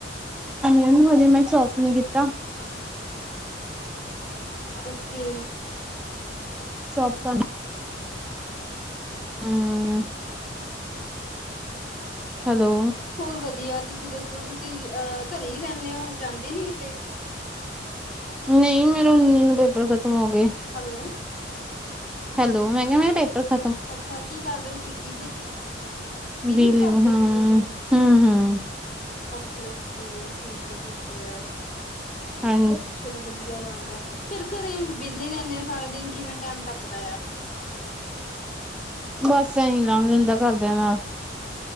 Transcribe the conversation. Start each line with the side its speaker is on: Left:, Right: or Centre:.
Centre: ਇਹਨੂੰ ਹਜੇ ਮੈਂ ਚੋਪ ਨੀ ਕੀਤਾ
Left: ਓਕੇ
Centre: ਸ਼ੋਪ ਕਰ ਹਮ ਹੈਲੋ
Left: ਹੋਰ ਵਧੀਆ ਤੁਸੀਂ ਦੱਸੋ ਤੁਸੀਂ ਅ ਘਰੇ ਹੀ ਰਹਿੰਦੇ ਹੋ ਜਾਂਦੇ ਨੀ ਕਿਤੇ
Centre: ਨਹੀਂ ਮੇਰੇ ਉਨੀ ਨੂੰ ਪੇਪਰ ਖਤਮ ਹੋ ਗਏ
Left: ਹੈਲੋ
Centre: ਹੈਲੋ ਮਿੰ ਕਿਹਾ ਮੇਰੇ ਪੇਪਰ ਖ
Left: ਅੱਛਾ ਕੀ ਕਰਦੇ ਸੀ ਬਲੀ ਬਲੀਪ
Centre: ਬਿਲੀਵ
Left: ਕਰਦੇ
Centre: ਹਾਂ
Left: ਸੀ ਤੁਸੀਂ
Centre: ਹਮ ਹਮ
Left: ਓਕੇ ਓਕੇ ਠੀਕ ਹੈ ਠੀਕ ਹੈ
Centre: ਹਾਂ
Left: ਚਲੋ ਵਧੀਆ ਗੱਲ ਹੈ ਫੇਰ ਘਰੇ ਵਿਹਲੇ ਰਹਿੰਦੇ ਆ ਸਾਰੇਾ ਦਿਨ ਕਿਵੇਂ ਟਾਈਮ ਟੱਪਦਾ ਆ
Centre: ਬਸ ਇਹੀ ਲੰਘ ਦਦਾ ਘਰਦਿਆਂ ਨਾਲ